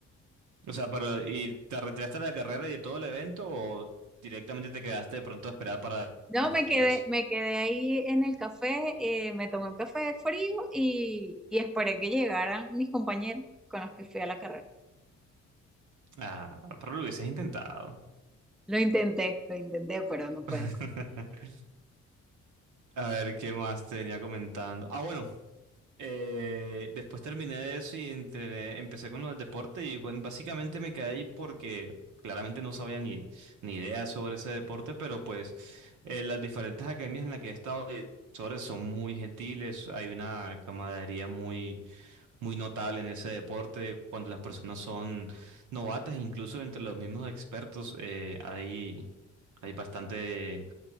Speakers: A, on the right (about 75°); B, in the centre.
A: O sea, pero ¿y te retiraste de la carrera y de todo el evento o directamente te quedaste de pronto a esperar para
B: No,
A: el café
B: me quedé,
A: y eso?
B: me quedé ahí en el café, eh, me tomé un café frío y, y esperé que llegaran mis compañeros con los que fui a la carrera.
A: Ah, pero lo hubieses intentado.
B: Lo intenté, lo intenté, pero no puedo.
A: <laughs>
B: O
A: A ver, ¿qué más te venía comentando? Ah, bueno, Eh, después terminé de eso y entre- empecé con los deportes y bueno, básicamente me quedé ahí porque claramente no sabía ni, ni idea sobre ese deporte, pero pues eh, las diferentes academias en las que he estado de profesores son muy gentiles, hay una camaradería muy, muy notable en ese deporte cuando las personas son novatas, incluso entre los mismos expertos eh, hay, hay bastante